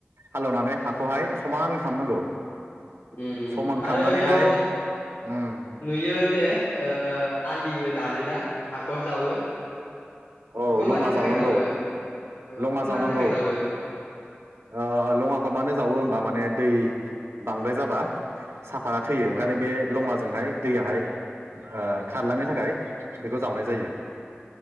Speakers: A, on the right (about 85°); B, on the left (about 85°).
A: हालौनानै हाखौहाय समान खालामनांगौ।
B: उमम
A: समान
B: आरो
A: खालामनानैहाय
B: बेयाव
A: उम
B: नुयो जे ओ आलिबो दानोना हाखर जावो।
A: औ
B: बेखौ
A: लङा
B: मानि थाखाय
A: जावनांगौ
B: जावो ओ
A: लङा
B: बेखौ
A: जावनांगौ
B: मानि थाखाय जावो?
A: ओ लङाखौ मानो जावो होमबा माने दै बांद्राय जाबा साफदा थैयो।
B: औ
A: ओंखायनो बे लङाजोंहाय दैयाहाय ओ खारलांनो थाखाय बेखौ जावनाय जायो।